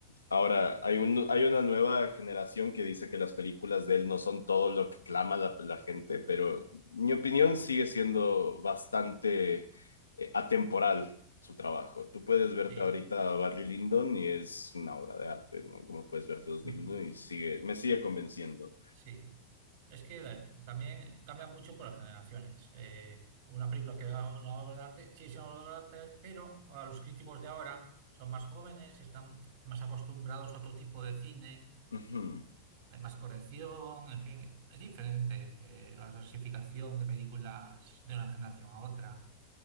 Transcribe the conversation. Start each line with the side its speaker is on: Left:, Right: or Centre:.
Left: ahora, hay un- hay una nueva generación que dice que las películas de él no son todo lo que clama la, la gente, pero mi opinión sigue siendo bastante eh, atemporal su trabajo. Tú puedes verte
Right: Sí.
Left: ahorita a Barry Lyndon y es una obra de arte, ¿no? Como puedes verte dos
Right: Mm.
Left: mil uno y sigue, me sigue convenciendo.
Right: Sí, es que eh, también cambia mucho por las generaciones. Eh, una película que era una obra de arte, sí, es una obra de arte, pero a los críticos de ahora son más jóvenes, están más acostumbrados a otro tipo de cine,
Left: Ujú.
Right: hay más corrección, en fin, es diferente eh, la clasificación de películas de una generación a otra.